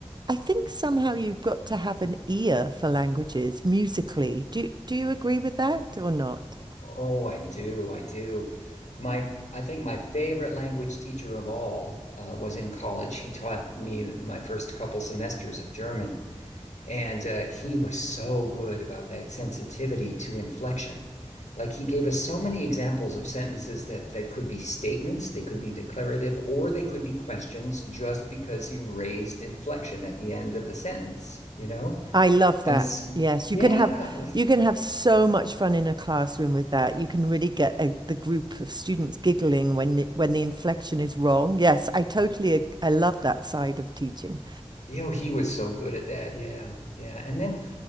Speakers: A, on the right; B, on the left.
A: I think somehow you've got to have an ear for languages musically. Do do you agree with that or not?
B: Oh, I do. I do. My, I think my favorite language teacher of all uh, was in college. He taught me my first couple semesters of German, and uh, he was so good about that sensitivity to inflection. Like he gave us so many examples of sentences that that could be statements, they could be declarative, or they could be questions just because you raised inflection at the end of the sentence, you know?
A: I love
B: And
A: that.
B: s
A: Yes,
B: yeah,
A: you can have
B: wasn't
A: you can have so much fun in a classroom with that. You can really get a, the group of students giggling when the, when the inflection is wrong. Yes, I totally ag- I love that side of teaching.
B: you know, he was so good at that. Yeah, yeah. And then